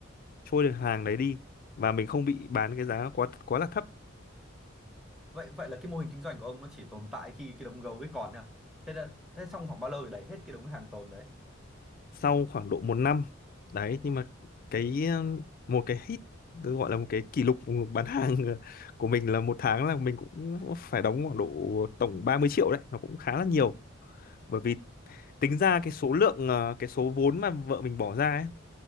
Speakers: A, on the left; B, in the centre.
A: trôi được hàng đấy đi và mình không bị bán cái giá quá quá là thấp
B: vậy vậy là cái mô hình kinh doanh của ông nó chỉ tồn tại khi cái đống gấu ấy còn nha thế là thế trong khoảng bao lâu thì đẩy hết cái đống hàng tồn đấy
A: sau khoảng độ một năm đấy nhưng mà cái um, một cái hit tôi gọi là một cái kỷ lục bán hàng <laughs> ờ, của mình là một tháng là mình cũng phải đóng khoảng độ tổng 30 triệu đấy nó cũng khá là nhiều bởi vì tính ra cái số lượng ờ, cái số vốn mà vợ mình bỏ ra ấy,